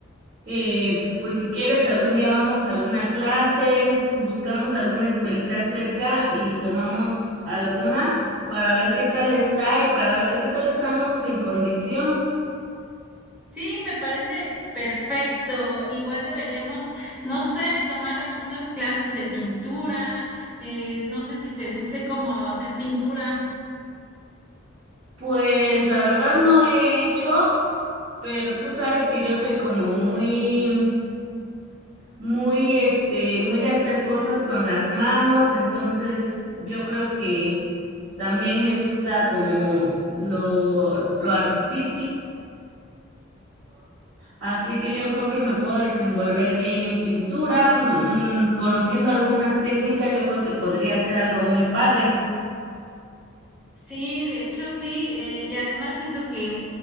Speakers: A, on the right (about 80°); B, in the centre.
A: Eh, pues si quieres, algún día vamos a alguna clase, buscamos alguna escuelita cerca y tomamos alguna para ver qué tal está y para ver qué tal estamos en condición.
B: Sí, me parece perfecto. Igual deberíamos, no sé, tomar algunas clases de pintura. Eh, no sé si te guste cómo hacer pintura.
A: Pues la verdad no he hecho, pero tú sabes que yo soy como muy muy, este, muy de hacer cosas con las manos, entonces yo creo que también me gusta como lo, lo artístico, así que yo creo que me puedo desenvolver bien en pintura, mm, conociendo algunas técnicas, yo creo que podría ser algo muy padre.
B: Sí, de hecho sí, eh, y además siento que,